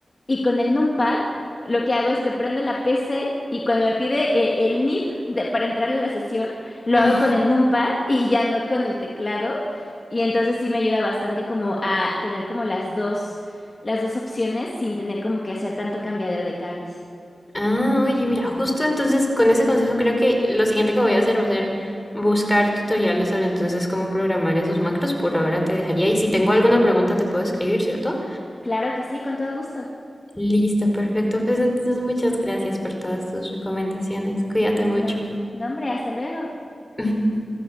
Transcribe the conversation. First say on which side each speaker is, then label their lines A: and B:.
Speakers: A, on the left; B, on the left.
A: Y con el numpad, lo que hago es que prendo la PC y cuando me pide eh, el NIP de- para entrar a la sesión, lo
B: <laughs>
A: hago con el numpad y ya no con el teclado. Y entonces sí me ayuda bastante como a tener como las dos, las dos opciones sin tener como que hacer tanto cambiadero de cables.
B: Ah, oye, mira, justo entonces con ese consejo creo que lo siguiente que voy a hacer va a ser buscar tutoriales sobre entonces cómo programar esos macros. Por ahora te dejaría y si tengo alguna pregunta te puedo escribir, ¿cierto?
A: Claro que sí, con todo gusto.
B: Listo, perfecto. Pues entonces muchas gracias por todas tus recomendaciones. Cuídate mucho.
A: No, no, hombre, hasta luego.
B: <laughs>